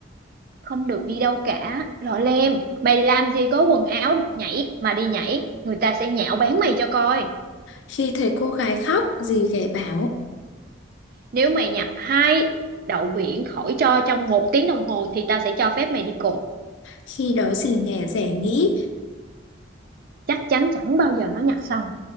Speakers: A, on the right; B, on the left.
A: Không được đi đâu cả, lọ lem, mày làm gì có quần áo nhảy mà đi nhảy, người ta sẽ nhạo báng mày cho coi.
B: Khi thấy cô gái khóc, dì ghẻ bảo.
A: Nếu mày nhặt hai đậu biển khỏi cho trong một tiếng đồng hồ thì tao sẽ cho phép mày đi cùng.
B: Khi đó dì ghẻ rẻ nghĩ,
A: Chắc chắn chẳng bao giờ nó nhặt xong.